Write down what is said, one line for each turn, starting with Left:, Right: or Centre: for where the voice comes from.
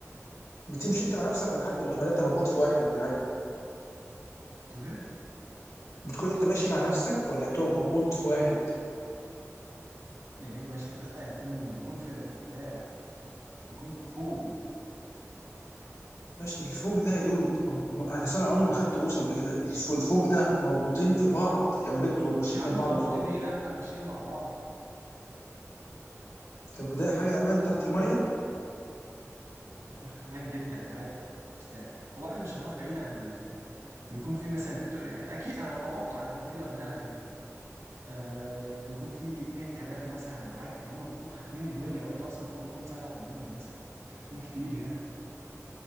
Left: بتمشي انت مع نفسك ولا حد م- ولا انت مربوط في واحد ولا حاجه
Right: بتقول ايه
Left: بتكون انت ماشي مع نفسك ولا بتبقى مربوط في واحد
Right: يعني ايه ماشي لا يا فندم بكون في في بتاع بكون في فوق
Left: ماشي الفوق ده يا دود ما هو- ما- اصل انا عمري
Right: اه
Left: ما خدت غوصه قبل كده الفوق, الفوق ده مربوطين في بعض يا ولا انتوا ماشيين
Right: يا عم
Left: جنب
Right: مربوطين
Left: بعض وخلاص
Right: ايه لا ماشيين مع بعض
Left: طب وده حاجه امان تحت الميه
Right: يعني يا ابني امان جدا عادي بس ده- هو احنا مش هنروح بعيد عن ال... بيكون في مثلا الت- يعني اكيد انا بتوقع ان هو كده في دهب يعني آه بيكون في اتنين كباتن مثلا معاك فهم بيكونوا حاكمين الدنيا وانت اصلا فوق بيكون سبعة تمانية مثلا مش بيكون كتير يعني